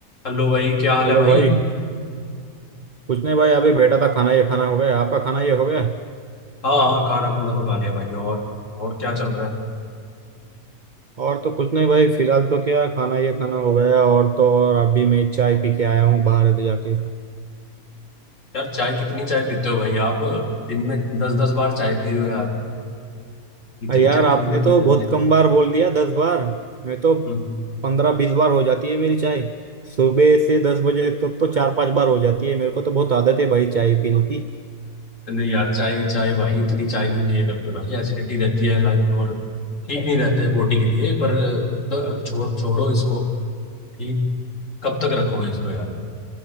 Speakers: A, on the left; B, on the right.
A: Hello भाई क्या हाल
B: Hello
A: है भाई
B: भाई कुछ नहीं भाई अभी बैठा था खाना ये खाना हो गया आपका खाना ये हो गया
A: हाँ हाँ खाना खुना तो खा लिया भाई और और क्या चल रहा है
B: और तो कुछ नहीं भाई फिलहाल तो क्या खाना ये खाना हो गया और तो और अभी मैं चाय पी के आया हूँ बाहर अभी जाके
A: यार चाय कितनी चाय पीते हो भाई आप दिन में दस दस बार चाय पी रहे हो यार इतनी
B: अ यार
A: चाय
B: आपने
A: तो मुझे
B: तो
A: पी जाते
B: बहुत
A: हैं
B: कम बार बोल दिया दस बार मैं तो
A: हम्म,
B: पंद्रह बीस बार हो जाती है मेरी चाय सुबह से दस बजे तक तो चार पांच बार हो जाती है मेरे को तो बहुत आदत है भाई चाय पीने की
A: नहीं यार चाय चाय भाई इतनी चाय नहीं पिया करते भाई एसिडिटी रहती है लाइफ और ठीक नहीं रहता है बॉडी के लिए पर तो छोड़ छोड़ो इसको ठीक कब तक रखोगे इसको यार